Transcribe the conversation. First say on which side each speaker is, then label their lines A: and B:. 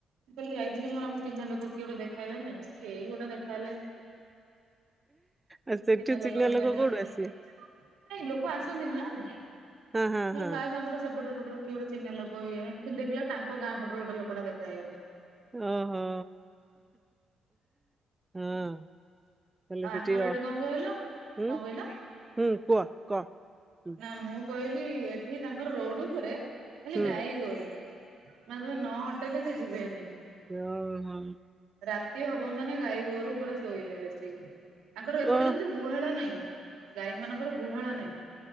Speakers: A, on the right (about 80°); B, on the right (about 15°).
A: କହିଲି ଯାଇଥିଲି ମୋର ଆମ ଚିହ୍ନା ଲୋକ କିଏ ଗୋଟେ ଦେଖା ହେଇ କେହି ଗୋଟେ ଦେଖା ହେଲେ
B: ଆ
A: ଚିହ୍ନା
B: ସେଠି
A: ଲୋକ ଦେଖା ହେଇଥିଲେ
B: କୋଉଠୁ
A: ଗୋଟେ
B: ଆସିବେ
A: କ ନାଇଁ ଲୋକ ଆସନ୍ତି ନା,
B: ହଁ ହଁ
A: ତ
B: ହଁ
A: କାସ ଆମର ସେପଟୁ ଏପଟରୁ କି ଗୋଟେ ଚିହ୍ନା ଲୋକ ଇଏ କିନ୍ତୁ ଦେଖିଲା ଳୁ ତାଙ୍କ ଗାଁ ପଟରୁ ଗୋଟେ ଲୋକଟା ଦେଖା ହେଇଗଲେ।
B: ଓହୋ ହଁ। ତାହେଲେ
A: ଆ
B: ସେଠି
A: ଆଙ୍କର
B: ଅ
A: ଏଠି କଣ କହିଲ,
B: ହୁଁ
A: କଣ କହିଲ?
B: ହୁଁ କୁହ କହ ହୁଁ
A: ନା ମୁଁ କହିଲି ଏଠି ତାଙ୍କର ରୋଡ଼ ଉପରେ ଖାଲି
B: ହୁଁ
A: ଗାଈ ଗୋରୁ ମାନେ ତମେ ନ ହଟେଇଲେ ସେ ଯିବେନି।
B: ଓ ହ।
A: ରାତି ହବ ମାନେ ଗାଈ ଗୋରୁ ପୁରା ଶୋଇବେ ଆସିକି। ତାଙ୍କର ଏପଟେ
B: ଓ
A: ଜାଣିଚ ଗୁହାଳ ନାଇଁ ଗାଈ ମାନଙ୍କର ଗୁହାଳ ନାଇଁ।